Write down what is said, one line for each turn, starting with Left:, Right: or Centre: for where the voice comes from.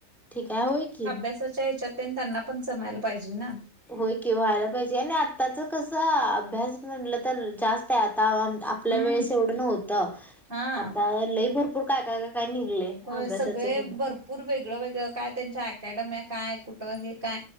Centre: ठीक आहे होय की.
Right: च्या त्यांना पण जमायला पाहिजे ना.
Centre: होय कि, व्हायला पाहिजे ना आत्ताच कसं अभ्यास म्हटलं तर जास्त आता आम्हा आपल्या
Right: हम्म
Centre: वेळेस एवढं नव्हतं
Right: हा
Centre: आता लय भरपूर काय का काय निघलेय,
Right: होय
Centre: अभ्यासाच
Right: सगळे
Centre: सुद्धा.
Right: भरपूर वेगळं-वेगळं, काय त्यांच्या अकॅडमी काय, कुठं हे काय.